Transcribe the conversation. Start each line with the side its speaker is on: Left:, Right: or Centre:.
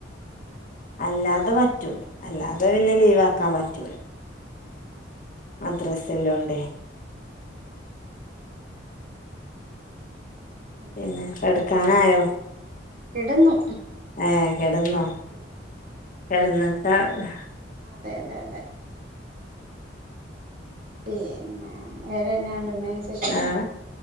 Right: ഉം ഉം ഉ
Left: അല്ലാതെ പറ്റൂല അല്ലാതെ പിന്നെ ലീവാക്കാൻ പറ്റൂല മദ്രസ് <unintelligible>
Right: ഓ പിന്നെന്താ
Left: പിന്നെ കെടക്കാനായോ
Right: കിടന്നു
Left: ഏഹ് കെടന്നോ,
Right: കിടന്നു കിടന്നു
Left: കെടന്ന് ആഹ്
Right: അതെ അതെ അതെ പിന്നെ വേറെന്നാ ഉണ്ട് <unintelligible>
Left: വേറെ